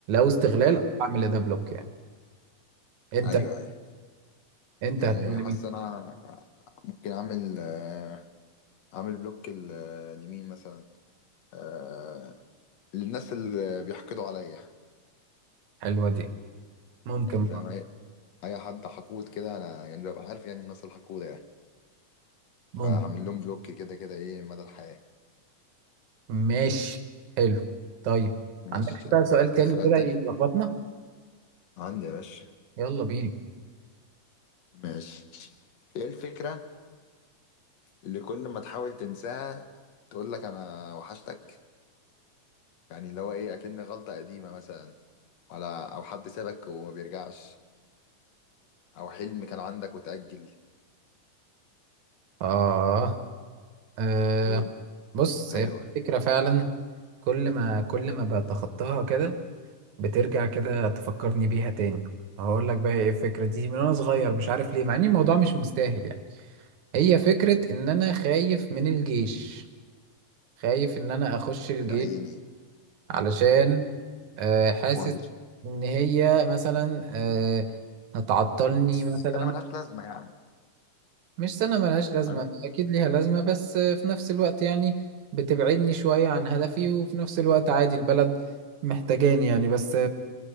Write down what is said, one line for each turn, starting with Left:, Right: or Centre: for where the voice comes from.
Right: استغلال
Left: اه
Right: اعمل ده بلوك يعني انت
Left: ايوه ايوه
Right: انت
Left: يعني
Right: هتعمل
Left: حاسس
Right: مين
Left: انا ممكن اعمل آه، اعمل بلوك ال- آه، لمين مثلا آه، للناس اللي بيحقدوا عليا
Right: حلوة دي ممكن
Left: يعني فاهم
Right: برضه.
Left: اي اي حد حقود كده انا يعني ببقى عارف يعني الناس الحقودة يعني
Right: ممكن
Left: فهعمل لهم بلوك كده كده ايه مدى الحياة
Right: ماشي حلو طيب
Left: مش
Right: عندك بقى سؤال
Left: اديك
Right: تاني
Left: سؤال
Right: كده
Left: تاني
Right: يلخبطنا
Left: عندي يا باشا
Right: يلا بينا
Left: ماشي ايه الفكرة اللي كل ما تحاول تنساها تقول لك انا وحشتك يعني اللي هو ايه اكن غلطة قديمة مثلا على او حد سابك وما بيرجعش او حلم كان عندك وتأجل
Right: آه. آه
Left: ايه
Right: بص
Left: حلوة
Right: هي الفكرة فعلا كل ما كل ما بتخطاها كده بترجع كده تفكرني بيها تاني هقول لك بقى ايه الفكرة دي من وانا صغير مش عارف ليه مع ان الموضوع مش مستاهل يعني هي فكرة ان انا خايف من الجيش خايف ان انا اخش الجيش
Left: يا عيني
Right: علشان آه حاسس
Left: ولا-
Right: ان هي مثلا آه هتعطلني
Left: بس
Right: مثلا
Left: انا ملهاش لازمة يعني
Right: مش سنة ملهاش لازمة
Left: انا
Right: أكيد ليها لازمة بس في نفس الوقت يعني بتبعدني شوية عن هدفي وفي نفس الوقت عادي البلد محتاجاني يعني بس